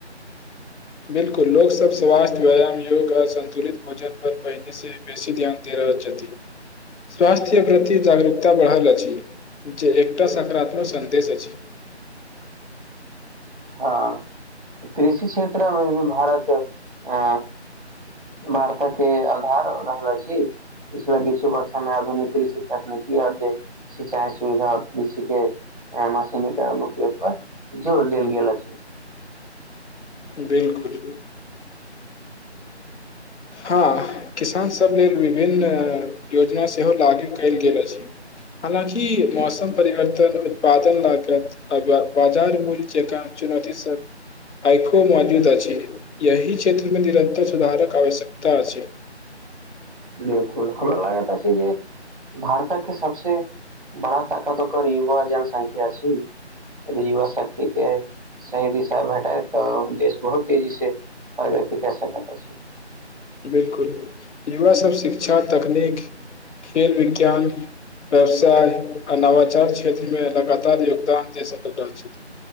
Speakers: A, on the left; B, on the right.
A: बिल्कुल लोक सब स्वास्थ्य व्यायाम योग आ संन्तुलित भोजन पर पहिने से बेसी ध्यान दे रह देइ छथि स्वस्थ्य प्रति जागरूकता बढ़ल अछि जे एकटा सकारात्मक संन्देश अछि
B: <unintelligible> हां कृषि क्षेत्र में भी भारत अ वार्ता के आधार रहल अछि पिछला किछु बर्षमे आधुनिक कृषि तकनीकी आओर जे सिंचाई सुविधा आओर कृषि के ह मछ निक नक एकर जोर देल गेल छै
A: बिल्कुल हां किसान सब लेल विभिन्न योजना सेहो लागू कयल गेल अछि हालाकि मौसम परिवर्तन उत्पादन लागत बाजार मूल्य जकाँ चुनौती सब आइखो मौजूद अछि यहि क्षेत्रमे निरन्तर सुधारक आवश्यकता त अछि
B: बिल्कुल हमरा लागत अछि जे भारतक के सबसे बड़ा ताकत ओकर युवा जनसंख्या छी यदि युवा शक्ति के सही दिशा भेटाए तऽ देश बहुत तेजी से परगति कसकत अछि
A: बिलकुल युवा सब शिक्षा तकनीक खेल विज्ञान व्यवसाय आ नवाचार क्षेत्रमें लगातार योगदान दे सकल अछि